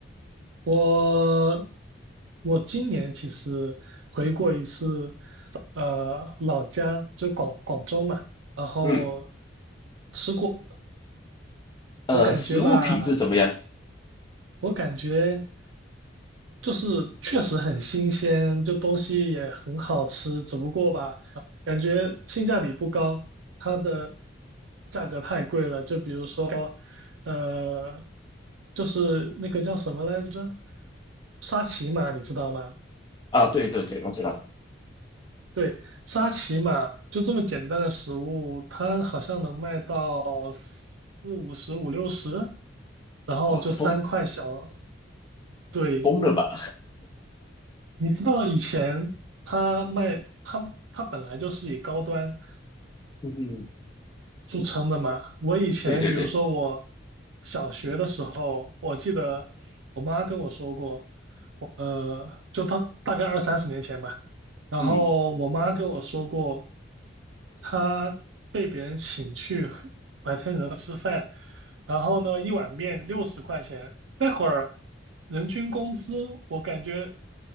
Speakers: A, on the right; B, on the left.
A: 我我今年其实回过一次呃老家，就广广州嘛，然后
B: 嗯，
A: 吃过，
B: 呃，
A: 我感觉吧，
B: 食物品质怎么样？
A: 我感觉就是确实很新鲜，就东西也很好吃，只不过吧，感觉性价比不高，它的价格太贵了，就比如说，呃，就是那个叫什么来着，沙琪玛，你知道吗？
B: 啊，对对对，我知道，
A: 对，沙琪玛就这么简单的食物，它好像能卖到四五十、五六十，然后就三块小。
B: 哇，疯
A: 对，
B: 疯了吧？
A: 你知道以前它卖它它本来就是以高端
B: <laughs> 嗯，
A: 著称的嘛。我以前比如说我
B: 对对对，
A: 小学的时候，我记得我妈跟我说过，呃，就当大概二三十年前吧。然后我妈跟我说过，
B: 嗯。
A: 她被别人请去白天鹅吃饭，然后呢，一碗面六十块钱，那会儿人均工资我感觉